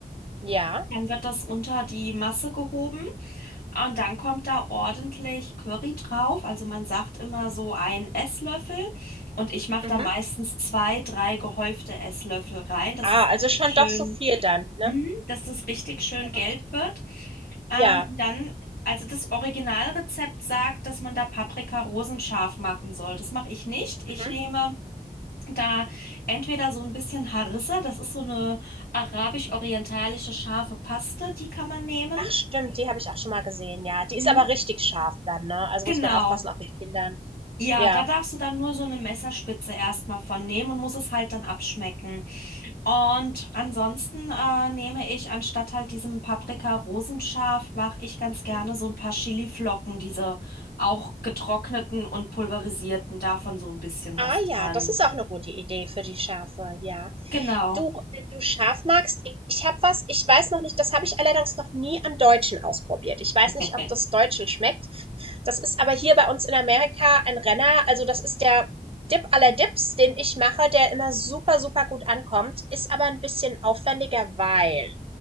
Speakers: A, on the right (about 35°); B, on the left (about 75°).
A: ja.
B: Dann wird das unter die Masse gehoben. Und dann kommt da ordentlich Curry drauf. Also man sagt immer so ein Esslöffel. Und ich mache
A: Mhm.
B: da meistens zwei, drei gehäufte Esslöffel rein, dass
A: Ah,
B: es
A: also schon
B: richtig schön,
A: doch so viel dann, ne?
B: Mhm, dass es richtig
A: Das
B: schön
A: ist halt
B: gelb
A: auch richtig.
B: wird. Ähm,
A: Ja.
B: und dann, also das Originalrezept sagt, dass man da Paprika rosenscharf machen soll. Das mache ich nicht. Ich
A: Mhm.
B: nehme da entweder so ein bisschen Harissa, das ist so eine arabisch-orientalische scharfe Paste, die kann man nehmen.
A: Ach stimmt, die habe ich auch schon mal gesehen, ja. Die
B: Mhm.
A: ist aber richtig scharf dann, ne? Also
B: Genau.
A: muss man aufpassen, auch mit Kindern.
B: Ja,
A: Ja.
B: da darfst du dann nur so eine Messerspitze erstmal von nehmen und musst es halt dann abschmecken. Und ansonsten äh, nehme ich anstatt halt diesem Paprika-Rosenscharf, mache ich ganz gerne
A: Mhm.
B: so ein paar Chiliflocken, diese auch getrockneten und pulverisierten, davon so ein bisschen
A: Ah
B: was dran.
A: ja, das ist auch eine gute Idee für die Schärfe, ja.
B: Genau.
A: Du, wenn du scharf magst, ich habe was, ich weiß noch nicht, das habe ich allerdings noch nie an Deutschen ausprobiert. Ich weiß nicht,
B: Äh,
A: ob das Deutschen schmeckt. Das ist aber hier bei uns in Amerika ein Renner. Also das ist der Dip aller Dips, den ich mache, der immer super, super gut ankommt, ist aber ein bisschen aufwendiger, weil